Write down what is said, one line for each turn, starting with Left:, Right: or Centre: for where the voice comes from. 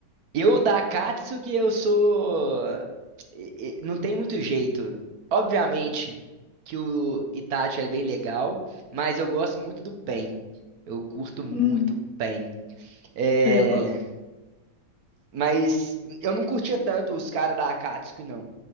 Right: eu da Akatsuki, eu sou. e- e- Não tem muito jeito. Obviamente que o Itachi é bem legal, mas eu gosto muito do Pain. Eu curto muito
Left: Hum,
Right: o Pain. É,
Left: ele eu gosto.
Right: mas eu não curtia tanto os caras da Akatsuki, não.